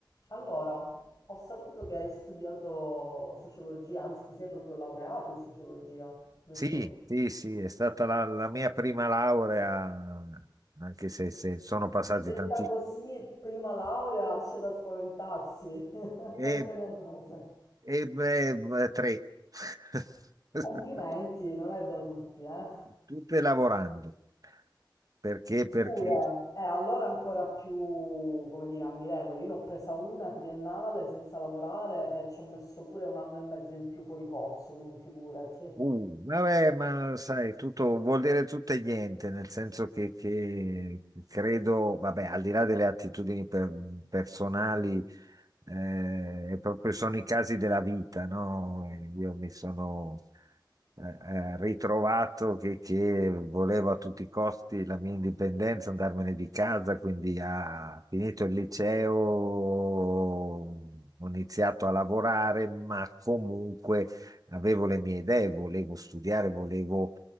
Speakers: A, on the left; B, on the right.
A: Allora, ho saputo che hai studiato sociologia, anzi ti sei proprio laureato in sociologia, giusto?
B: Sì, sì, sì, è stata la, la mia prima laurea, anche se, se sono passati
A: Detta
B: tanti.
A: così, prima laurea, c'è da spaventarsi. <laughs>
B: E,
A: Quante ne hai prese?
B: e, beh, tre, <laughs>
A: Complimenti, non è da tutti, eh?
B: tutte lavorando, perché,
A: Pure,
B: perché
A: eh, allora ancora più, come dire, ammirevole. Io ne ho presa una triennale senza lavorare e ci ho messo pure un anno e mezzo in più fuori corso, quindi figurati.
B: Uh, vabbè, ma sai, tutto vuol dire tutto e niente, nel senso che, che credo, vabbè, al di là delle attitudini per- personali, eh, proprio sono i casi della vita, no? Io mi sono eh, eh, ritrovato che, che volevo a tutti i costi la mia indipendenza, andarmene di casa, quindi ha finito il liceo, ho iniziato a lavorare, ma comunque avevo le mie idee, volevo studiare, volevo